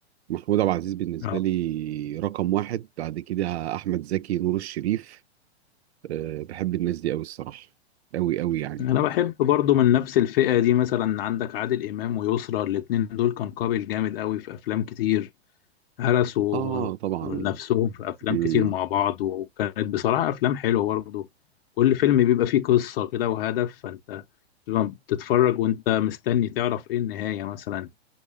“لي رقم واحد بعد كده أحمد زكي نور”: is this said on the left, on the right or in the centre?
Right